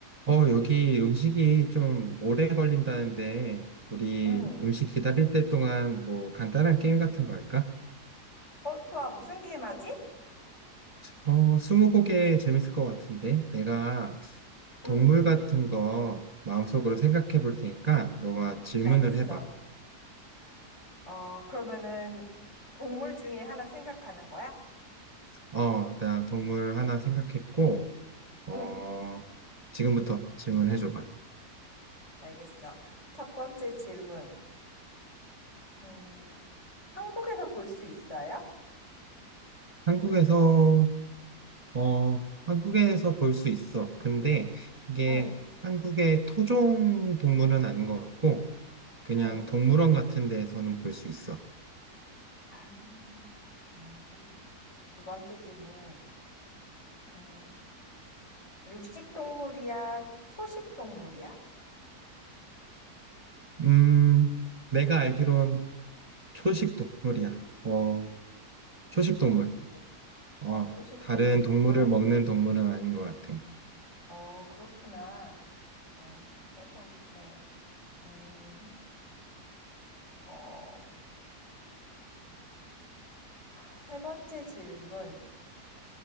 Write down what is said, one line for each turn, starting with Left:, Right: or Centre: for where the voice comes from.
Right: 어, 여기 음식이 좀 오래 걸린다는데, 우리
Left: 응.
Right: 음식 기다릴 때 동안 뭐 간단한 게임 같은 거 할까?
Left: 어, 좋아. 무슨 게임 하지?
Right: 어, 스무고개 재밌을 것 같은데, 내가 동물
Left: 응,
Right: 같은 거 마음속으로 생각해 볼 테니까, 너가 질문을
Left: 알겠어.
Right: 해봐.
Left: 어, 그러면은 동물 중에 하나 생각하는 거야?
Right: 어, 나 동물 하나 생각했고, 어,
Left: 응,
Right: 지금부터 질문해 줘봐.
Left: 알겠어. 첫 번째 질문. 음, 한국에서 볼 수 있어요?
Right: 한국에서 어, 한국에서 볼 수 있어. 근데 이게
Left: 응,
Right: 한국의 토종 동물은 아닌 것 같고, 그냥
Left: 응.
Right: 동물원 같은 데에서는 볼 수 있어.
Left: 아, 그렇구나. 두 번째 질문. 음, 육식 동물이야? 초식 동물이야?
Right: 음, 내가 알기론 초식 동물이야. 어,
Left: 초식
Right: 초식 동물.
Left: 동물이야.
Right: 어,
Left: 어, 초식
Right: 다른
Left: 동물이구나.
Right: 동물을 먹는 동물은 아닌 것 같아.
Left: 어, 그렇구나. 그럼 세 번째. 음, 어, 세 번째 질문.